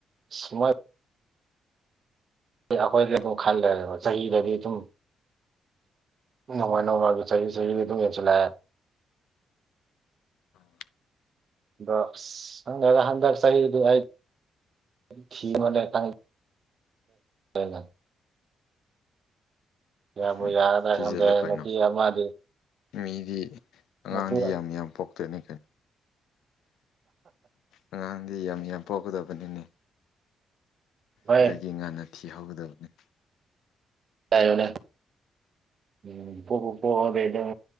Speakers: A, on the right (about 35°); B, on the left (about 85°).
A: ꯊꯤ ꯃꯣꯏ ꯑꯩꯈꯣꯏꯒꯤ ꯑꯗꯨꯝ ꯈꯜꯂꯔꯦꯕ ꯆꯍꯤꯗꯗꯤ ꯑꯗꯨꯝ ꯅꯣꯡꯃꯥ ꯅꯣꯡꯃꯥꯒꯤ ꯆꯍꯤ ꯆꯍꯤꯗꯤ ꯑꯗꯨꯝ ꯌꯦꯡꯁꯤꯜꯂꯛꯑꯦ
B: ꯎꯝ
A: ꯑ ꯑꯁ ꯈꯪꯗꯦꯗ ꯍꯟꯗꯛ ꯆꯍꯤꯗꯨ ꯑꯩ ꯊꯤ ꯌꯣꯅꯦ ꯅꯪ ꯃ ꯌꯥꯕꯨ
B: ꯎꯝ
A: ꯌꯥꯔꯗ
B: ꯊꯤꯖꯤꯜꯂꯨ
A: ꯈꯪꯗꯦ
B: ꯀꯩꯅꯣ
A: ꯅꯨꯄꯤ ꯑꯃꯗꯤ
B: ꯃꯤꯗꯤ ꯑꯉꯥꯡꯗꯤ
A: ꯅꯨꯄꯤ
B: ꯌꯥꯝ ꯌꯥꯝ ꯄꯣꯛꯇꯅꯤ ꯀꯩꯅꯣ ꯑꯉꯥꯡꯗꯤ ꯌꯥꯝ ꯌꯥꯝ ꯄꯣꯛꯀꯗꯕꯅꯤꯅꯦ
A: ꯍꯣꯏ
B: ꯑꯗꯨꯗꯒꯤ ꯉꯟꯅ ꯊꯤꯍꯧꯒꯗꯕꯅꯤ
A: ꯌꯣꯅꯦ ꯎꯝ ꯄꯣꯛꯄ ꯄꯣꯛꯑꯗꯤ ꯑꯗꯨꯝ